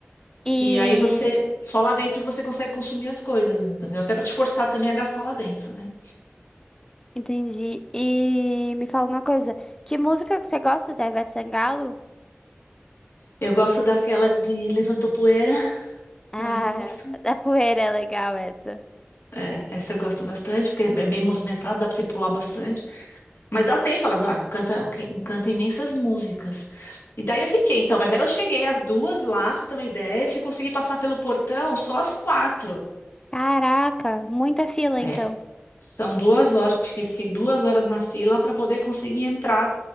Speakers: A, on the left (about 15°); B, on the left (about 60°).
A: E
B: E aí você, só lá dentro que você consegue consumir as coisas, né, entendeu? Até para te forçar também a gastar lá dentro, né?
A: entendi. E me fala uma coisa, que música que você gosta da Ivete Sangalo?
B: Eu gosto daquela de levantou poeira,
A: Ah,
B: que eu mais gosto.
A: <laughs> da Poeira é legal essa.
B: É, essa eu gosto bastante, porque é bem movimentada, dá pra você pular bastante. Mas dá tempo, ela ah, canta, canta imensas músicas. E daí eu fiquei, então, mas aí eu cheguei às duas lá, pra você ter uma ideia, e fui- consegui passar pelo portão só às quatro.
A: Caraca, muita fila
B: É,
A: então.
B: São duas horas, porque fiquei duas horas na fila para poder conseguir entrar